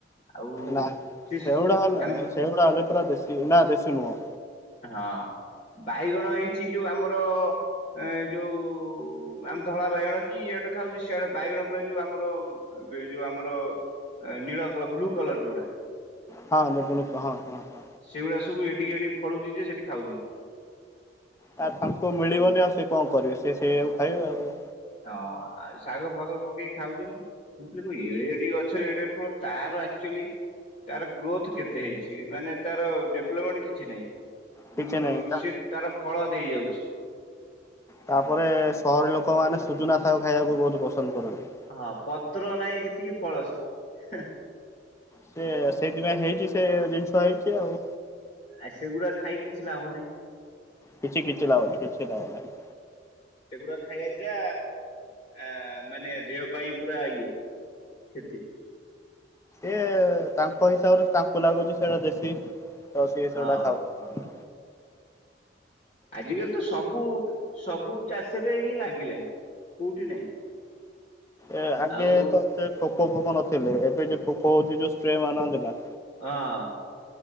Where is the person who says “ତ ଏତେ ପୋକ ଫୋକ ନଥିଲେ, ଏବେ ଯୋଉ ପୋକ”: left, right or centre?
Left